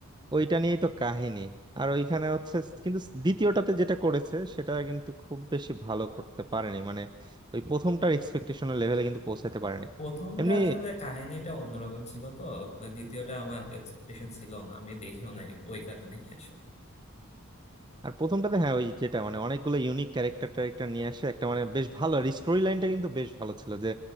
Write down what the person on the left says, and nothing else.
প্রথমটা
আসলে কাহিনীটা অন্যরকম ছিল তো দ্বিতীয়টা আমার এক্সপেকটেশন ছিল না আমি দেখিও নাই ওই কারণে আসলে।